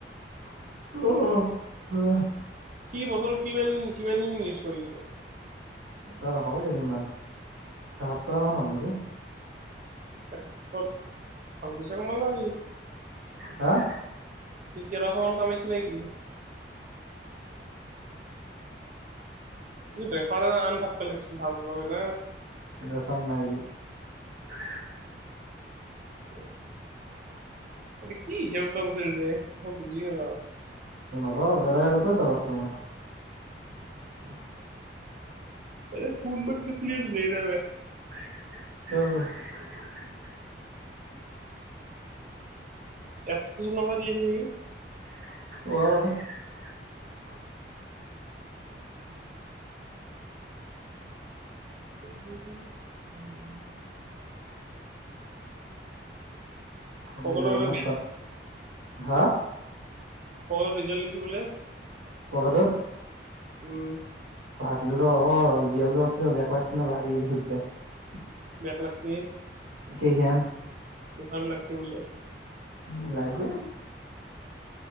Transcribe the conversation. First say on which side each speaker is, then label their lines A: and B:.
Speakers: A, on the right (about 85°); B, on the right (about 45°).
A: <unintelligible>
B: সি বতল কিমান কিমান দিন ইউজ কৰিছে
A: <unintelligible> হল কেইদিনমান, এসপ্তাহ মান হ'ল নেকি।
B: <unintelligible> ভাল পইচা কমালা <unintelligible> <unintelligible>
A: হা অ
B: সমান কাম আহিছে নেকি? <unintelligible>
A: ৰেফাৰ নাই দিয়া
B: <unintelligible> <unintelligible> মই বুজিয়েই নাপাওঁ।
A: <unintelligible>
B: <unintelligible>
A: অ'।
B: এপটো লগত লিং কৰিবি
A: <unintelligible>
B: <unintelligible>
A: <unintelligible>
B: পকেটৰ
A: হা।
B: অ ৰিজাল্ট দিছে বোলে
A: <unintelligible>
B: উম
A: <unintelligible>
B: বেট লাগছি।
A: কে। <unintelligible>
B: দোকান লাগছি বোলে।
A: উম লাগবই